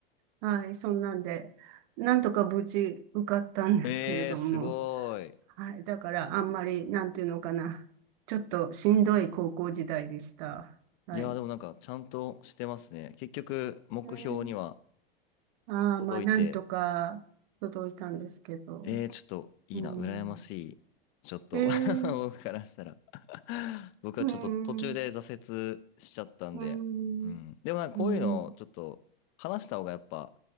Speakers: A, on the right (about 55°); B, on the left (about 45°).
A: はい、そんなんで、なんとか無事受かったんですけれども、
B: うん。えー、すごい。
A: はい、だからあんまり、なんていうのかな、ちょっとしんどい高校時代でした。はい。
B: いやー、でもなんかちゃんとしてますね。結局、目標には
A: ねああ、
B: 届いて。
A: まあ、なんとか届いたんですけど。
B: えー、ちょっといいな、
A: うん。
B: 羨ましい。ちょっと
A: えー、
B: <laughs> 僕からしたら <laughs> 僕はちょっと途中で挫折しちゃったんで、
A: うん、うん、
B: うん。でもなんかこういうのをちょっと話した方がやっぱ、
A: うん。